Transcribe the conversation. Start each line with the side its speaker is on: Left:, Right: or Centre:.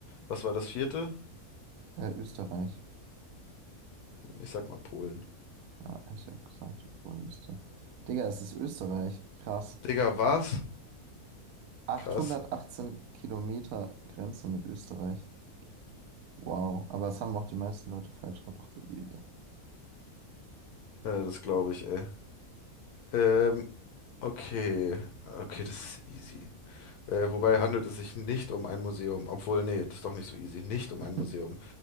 Left: Was war das vierte?
Right: Äh, Österreich.
Left: Ich sag mal Polen.
Right: Ja, hätte ich auch gesagt, Polen müsste. Digga, es ist Österreich. Krass.
Left: Digga, was?
Right: Achthundertachtzehn
Left: Krass.
Right: Kilometer Grenze mit Österreich. Wow, aber das haben auch die meisten Leute falsch gemacht, so wie wir.
Left: Äh, das glaube ich, ey. Ähm, okay. Okay, das ist easy. Äh, wobei handelt es sich nicht um ein Museum. Obwohl, nee, das ist doch nicht so easy. Nicht um
Right: <laughs>
Left: ein Museum.